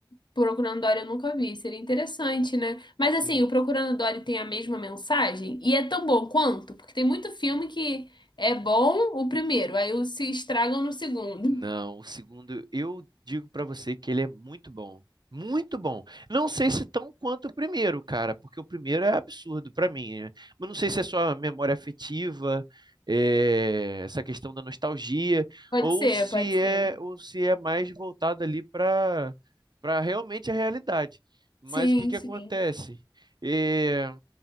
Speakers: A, on the left; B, on the right.
A: Procurando Dory eu nunca vi, seria interessante, né? Mas
B: Sim.
A: assim, o Procurando Dory tem a mesma mensagem e é tão bom quanto, porque tem muito filme que é bom o primeiro, aí os se estragam no segundo.
B: Não, o segundo, eu digo pra você que ele é muito bom. Muito bom. Não sei se tão quanto o primeiro, cara, porque o primeiro é absurdo pra mim. né? Mas não sei se é só a memória afetiva, é, essa questão da nostalgia,
A: <laughs> Pode
B: ou
A: ser,
B: se
A: pode
B: é,
A: ser.
B: ou se é mais voltado ali para para realmente a realidade. Mas
A: Sim,
B: o que que
A: sim.
B: acontece? É,